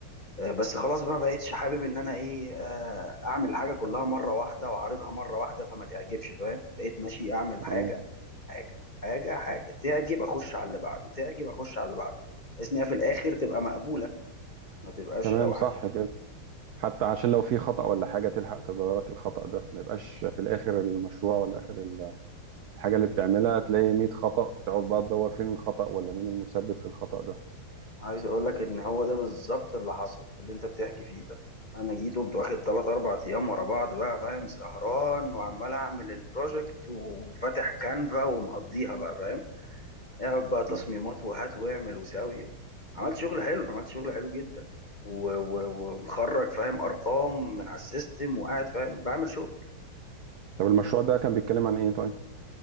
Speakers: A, on the left; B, on the right.
A: آه، بس خلاص بقى بقيتش حابب ان انا ايه آه، اعمل حاجه كلها مره واحده واعرضها مره واحده فما تعجبش فاهم بقيت ماشي اعمل حاجه
B: اه
A: حاجه حاجه حاجه تعجب اخش على اللي بعده تعجب اخش على اللي بعده بحيث ان هي في الاخر تبقى مقبوله ما تبقاش
B: تمام
A: اوحش
B: صح كده حتى عشان لو في خطأ ولا حاجة تلحق تدارك الخطأ ده ما يبقاش في الآخر المشروع ولا آخر ال- الحاجة اللي بتعملها تلاقي 100 خطأ تقعد بقى تدور فين الخطأ ولا مين المسبب في الخطأ ده
A: عايز اقول لك ان هو ده بالظبط اللي حصل اللي انت بتحكي فيه ده انا جيت قمت واخد 3 4 ايام ورا بعض بقى فاهم سهران وعمال اعمل البروجكت وفاتح كانفا ومقضيها بقى فاهم اقعد بقى تصميمات
B: مم.
A: وهات واعمل وساوي عملت شغل حلو عملت شغل حلو جدا و- و- ومخرج فاهم ارقام من على السيستم وقاعد فاهم بعمل شغل
B: طب المشروع ده كان بيتكلم عن ايه طيب